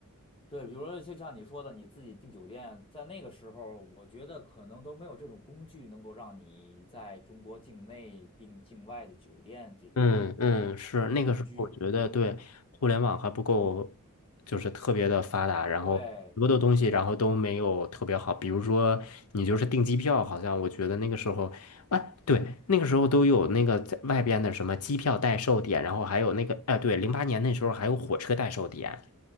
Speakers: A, on the left; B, on the left.
A: 对，比如说就像你说的，你自己订酒店，在那个时候，我觉得可能都没有这种工具能够让你在中国境内订境外的酒店这种
B: 嗯嗯，是那个时候，
A: 工具。
B: 我觉得对互联网还不够，就是特别的发达，然后很多的东西，
A: 对
B: 然后都没有特别好。比如说，你就是订机票，好像我觉得那个时候，哎，对，那个时候都有那个在外边的什么机票代售点，然后还有那个，哎，对，零八年那时候还有火车代售点。